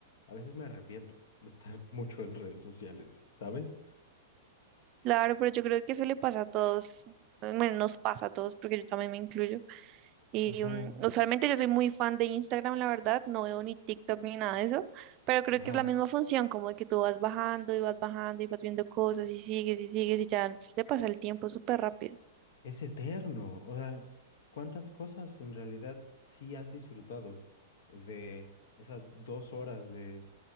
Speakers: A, on the left; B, on the right.
A: a veces me arrepiento de estar <laughs> mucho en redes sociales, ¿sabes?
B: Claro, pero yo creo que eso le pasa a todos, eh, bueno, nos pasa a todos porque yo también me incluyo. Y
A: Ajá,
B: mm, usualmente yo soy muy fan de Instagram, la verdad, no veo ni TikTok ni nada de eso, pero creo
A: ajá.
B: que es la misma función, como de que tú vas bajando y vas bajando y vas viendo cosas y sigues y sigues y ya se te pasa el tiempo súper rápido.
A: Es eterno. O sea, ¿cuántas cosas en realidad sí has disfrutado de esas dos horas de